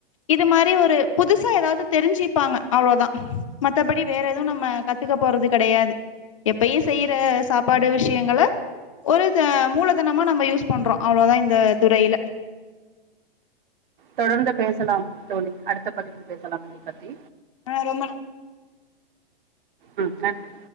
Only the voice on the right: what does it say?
தொடர்ந்து பேசலா தோழி அடுத்த பதிவில் பேசலா இதை பத்தி
ஆ கரெக்ட்டு